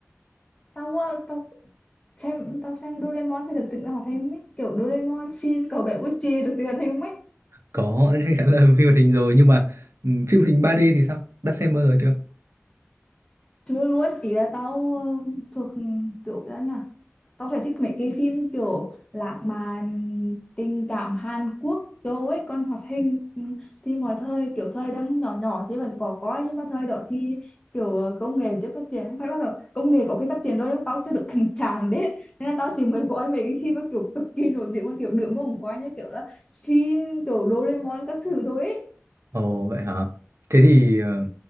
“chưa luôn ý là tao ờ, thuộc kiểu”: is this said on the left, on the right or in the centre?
Left